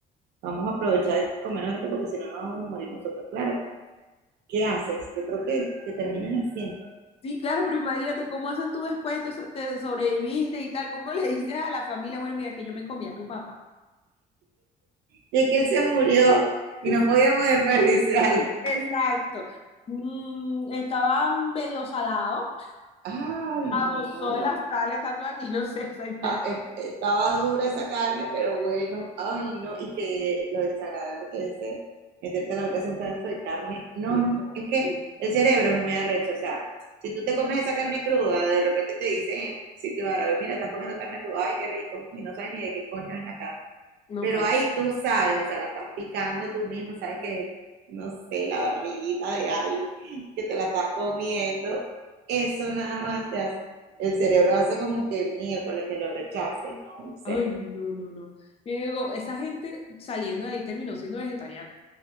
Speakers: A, on the right; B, on the left.
A: vamos a aprovechar de comernos esto porque si no nos vamos a morir nosotros. Claro, ¿qué haces? Yo creo que, que terminas haciendo.
B: Sí, claro, pero imagínate cómo haces tú después, te, so- te sobreviviste y tal, cómo le dices a la familia, bueno, mira que yo me comí a tu papá.
A: y es que él se murió y
B: <laughs>
A: no podíamos desperdiciarlo.
B: Exacto. Mm, estaba medio salado,
A: Ay,
B: abusó
A: no.
B: de la sal estando aquí, <laughs> no sé, o sea, imagínate.
A: eh, Estaba dura esa carne, pero bueno, ay, no. Y que lo desagradable que es eh, meterte en la boca así un pedazo de carne. No,
B: No,
A: es que
B: eh,
A: el cerebro es muy arrecho. O sea, si tú te comes esa carne cruda, de repente te dicen en un sitio árabe, mira, estás comiendo carne cruda, ay, qué rico, y no sabes ni de qué coño es la carne.
B: no,
A: Pero
B: tal.
A: ahí tú sabes, o sea, la estás picando tú mismo, sabes que, no sé, la barriguita de alguien que te la estás comiendo, eso nada más ya, el cerebro hace como que miércoles que lo rechace, no sé.
B: Ay, no, no, no. Yo digo, esa gente saliendo de ahí terminó siendo vegetariana,